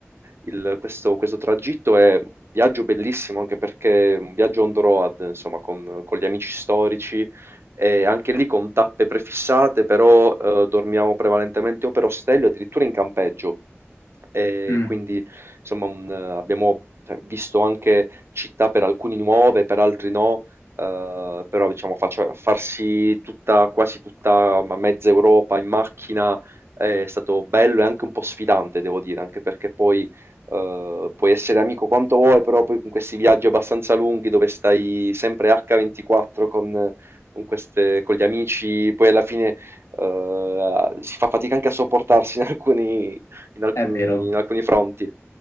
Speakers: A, on the right (about 60°); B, on the left (about 80°).
A: il- questo, questo tragitto è un viaggio bellissimo anche perché è un viaggio on the road, insomma, con, con gli amici storici e anche lì con tappe prefissate, però eh, dormiamo prevalentemente o per ostello, addirittura in campeggio. E
B: Mm,
A: quindi insomma un- eh, abbiamo cioè, visto anche città per alcuni nuove, per altri no, eh, però diciamo faccia- farsi tutta, quasi tutta ma mezza Europa in macchina è stato bello e anche un po' sfidante, devo dire, anche perché poi eh, puoi essere amico quanto vuoi, però poi con questi viaggi abbastanza lunghi dove stai sempre H24 con con queste con gli amici, poi alla fine, uhm, si fa fatica anche a sopportarsi in alcuni in alcuni
B: È vero.
A: in alcuni fronti.